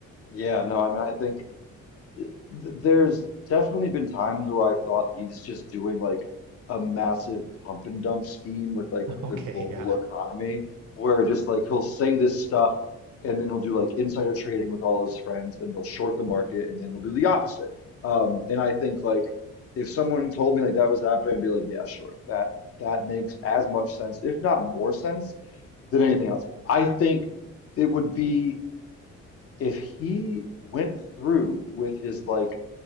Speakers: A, on the left; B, on the right.
A: Yeah, no, I mean, I think. th- there's definitely been times where I've thought he's just doing like a massive pump and dump scheme with like
B: <laughs> Okay,
A: the global
B: yeah.
A: economy, where just like he'll say this stuff and then he'll do like insider trading with all his friends, then they'll short the market and then he'll do the opposite. Um, and I think like if someone told me like that was happening, I'd be like, yeah, sure, that that makes as much sense, if not more sense than anything else. I think it would be if he went through with his like